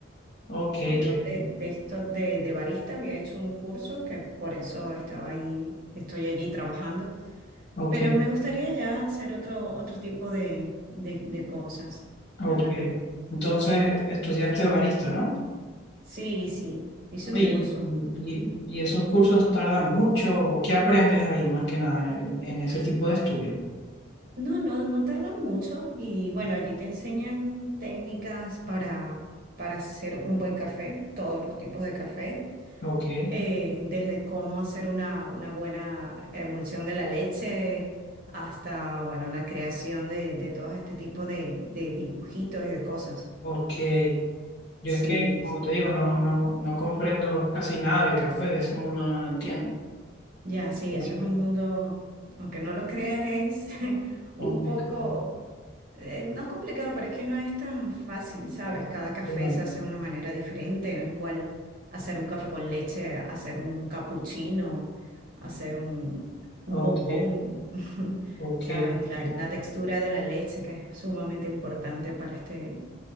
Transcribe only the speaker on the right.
Yo
de,
de esto de, de barista había hecho un curso que por eso estaba ahí, estoy allí trabajando.
Pero me gustaría ya hacer otro, otro tipo de, de, de cosas,
la verdad.
Sí, sí, hice
un curso.
No, no, no tardan mucho y bueno, allí te enseñan técnicas para, para hacer un buen café, todos los tipos de café,
eh, desde cómo hacer una, una buena emulsión de la leche hasta, bueno, la creación de, de todo este tipo de, de dibujitos y de cosas.
Sí,
sí.
Ya, sí,
eso es un mundo, aunque no lo creas, es <laughs>
un poco, eh, no complicado, pero es que no es tan fácil, ¿sabes? Cada café
se hace de una manera diferente, no es igual hacer un café con leche, hacer un cappuccino, hacer un, un
bombón, <laughs>
¿sabes?
La, la textura de la leche que es sumamente importante para este,